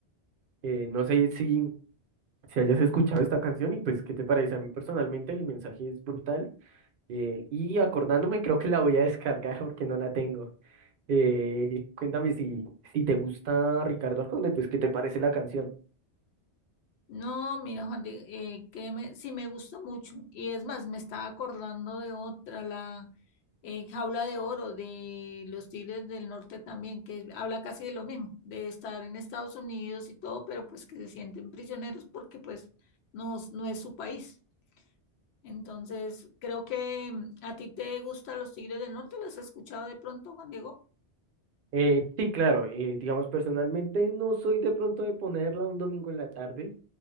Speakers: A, on the right; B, on the left.
A: Eh, no sé si, si hayas escuchado esta canción y pues, ¿qué te parece? A mí personalmente el mensaje es brutal eh, y acordándome creo que la voy a descargar <laughs> porque no la tengo. Eh, cuéntame si, si te gusta Ricardo Arjona, pues, ¿qué te parece la canción?
B: No, mira, Juan, de- eh, créeme, sí me gusta mucho. Y es más, me estaba acordando de otra, la eh, Jaula de Oro de los Tigres del Norte también, que habla casi de lo mismo, de estar en Estados Unidos y todo, pero pues que se sienten prisioneros porque pues no, es- no es su país. Entonces, creo que mm, a ti te gustan los Tigres del Norte, ¿las has escuchado de pronto, Juan Diego?
A: Eh, sí, claro, eh, digamos personalmente no soy de pronto de ponerla un domingo en la tarde,